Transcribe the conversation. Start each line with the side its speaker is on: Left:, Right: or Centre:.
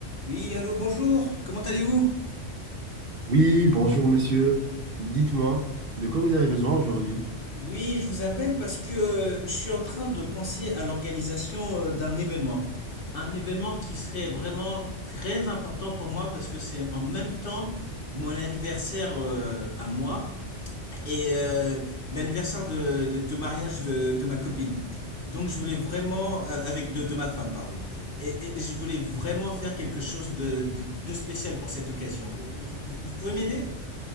Left: Oui, allô, bonjour, comment allez-vous?
Right: Oui, bonjour monsieur. Dites-moi, de quoi vous avez besoin aujourd'hui?
Left: Oui, je vous appelle parce que euh, je suis en train de penser à l'organisation euh, d'un événement. Un événement qui serait vraiment très important pour moi parce que c'est en même temps mon anniversaire euh, à moi et euh, l'anniversaire de, de- de mariage de, de ma copine. Donc je voulais vraiment, euh, avec de, de ma femme, pardon. Et, et je voulais vraiment faire quelque chose de, de- de spécial pour cette occasion. Et Vous, vous vous pouvez m'aider?